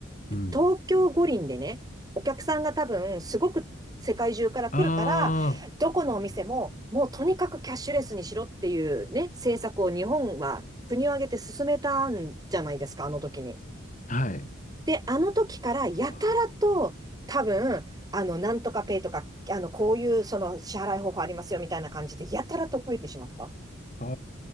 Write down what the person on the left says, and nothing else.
うん。うん。
あ
あ、はい。
はあ
あ